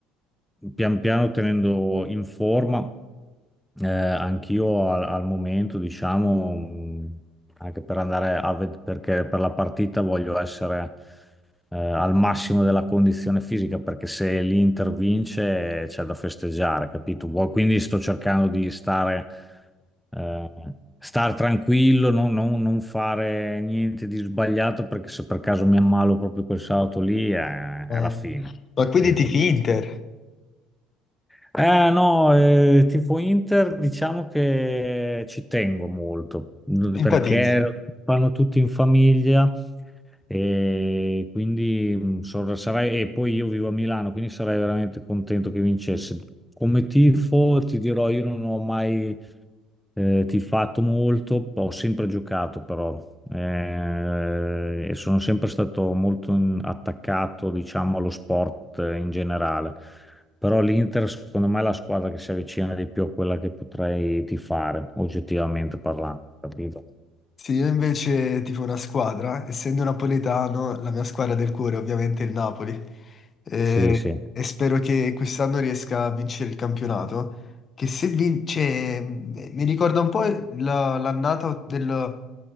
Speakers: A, in the centre; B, on the left.
A: pian piano tenendo in forma eh, anch'io al, al momento, diciamo, mh, anche per andare a vedere, perché per la partita voglio essere eh, al massimo della condizione fisica, perché se l'Inter vince eh, c'è da festeggiare, capito? Vuoi- Quindi sto cercando di stare, eh, star tranquillo, non, non- non fare niente di sbagliato, perché se per caso mi ammalo proprio quel sabato lì, eh, è
B: Eh,
A: la fine.
B: Ma
A: capito?
B: quindi tifi Inter,
A: Eh no, eh, tifo Inter diciamo che ci tengo molto mh,
B: simpatizzi.
A: perché lo fanno tutti in famiglia e quindi mh, so- sarei, e poi io vivo a Milano, quindi sarei veramente contento che vincesse. Come tifo ti dirò, io non ho mai eh, tifato molto, ho sempre giocato però eh, e sono sempre stato molto in- attaccato, diciamo, allo sport eh, in generale. Però l'Inter, secondo me, è la squadra che si avvicina di più a quella che potrei tifare, oggettivamente parlando, capito?
B: Sì, io invece tifo una squadra, essendo napoletano, la mia squadra del cuore ovviamente è ovviamente il Napoli. Eh,
A: Sì, sì.
B: e spero che quest'anno riesca a vincere il campionato. Che se vince, m- mi ricorda un po' la- l'annata del,